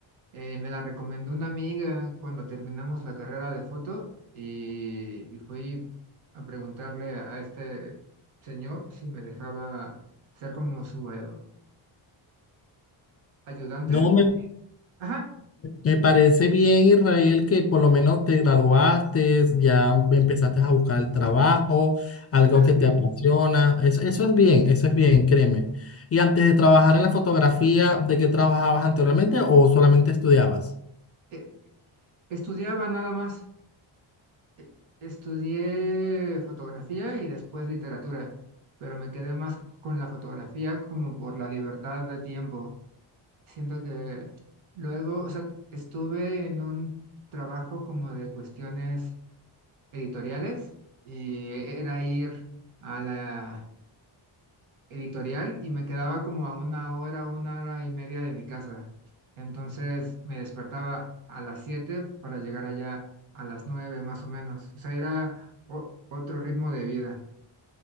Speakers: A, on the right (about 80°); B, on the left (about 30°).
A: Eh, me la recomendó una amiga cuando terminamos la carrera de foto y, y fui a preguntarle a, a este señor si me dejaba ser como su eh, ayudante.
B: No me
A: Ajá,
B: Me parece bien, Israel, que por lo menos te graduaste, ya empezaste a buscar el trabajo, algo
A: <laughs> ah, sí.
B: que te apasiona. Eso, eso es bien, eso es bien, créeme. Y antes de trabajar en la fotografía, ¿de qué trabajabas anteriormente o solamente estudiabas?
A: Eh, estudiaba nada más. Eh, Estudié fotografía y después literatura, pero me quedé más con la fotografía como por la libertad de tiempo Siento que luego, o sea, estuve en un trabajo como de cuestiones editoriales y e, era ir a la editorial y me quedaba como a una hora, una hora y media de mi casa. Entonces me despertaba a las 7 para llegar allá a las 9 más o menos. O sea, era o- otro ritmo de vida.